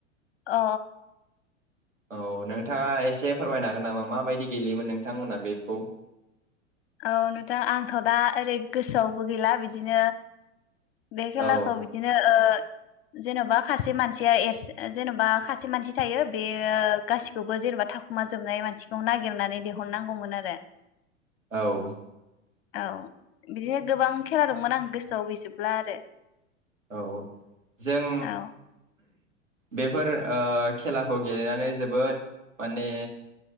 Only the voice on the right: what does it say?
औ नोंथाङा एसे फोरमायनो हागोन नामा माबायदि गेलेयोमोन नोंथांमोनहा बेखौ
औ
औ
औ औ जों
बेफोर ओ खेलाखौ गेलेनानै जोबोद माने